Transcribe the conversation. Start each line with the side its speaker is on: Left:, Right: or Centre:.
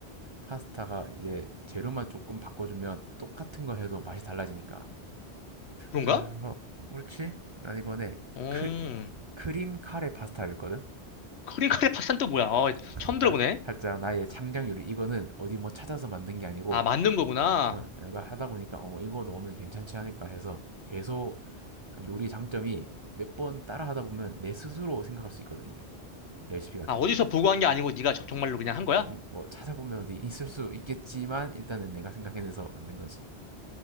Right: 파스타가 이제 재료만 조금 바꿔주면 똑같은 거 해도 맛이 달라지니까.
Left: 그런가?
Right: 그래서 그렇지? 난 이번에
Left: 음,
Right: 크, 크림 카레 파스타를 했거든.
Left: 크림 카레 파스타는 또 뭐야? 어,
Right: 그러니까
Left: 처음 들어보네.
Right: 살짝 나의 창작 요리 이거는 어디 뭐 찾아서 만든 게 아니고
Left: 아, 만든 거구나.
Right: 어, 내가 하다 보니까 어 뭐 이거 넣으면 괜찮지 않을까 해서 계속 그러니까 요리 장점이 몇 번 따라 하다 보면 내 스스로 생각할 수 있거든 이게 레시피 같은
Left: 아, 어디서
Right: 거를
Left: 보고 한 게 아니고 네가 저- 정말로 그냥 한 거야?
Right: 음, 뭐 찾아보면 어디 있을 수 있겠지만 일단은 내가 생각해내서 만든 거지.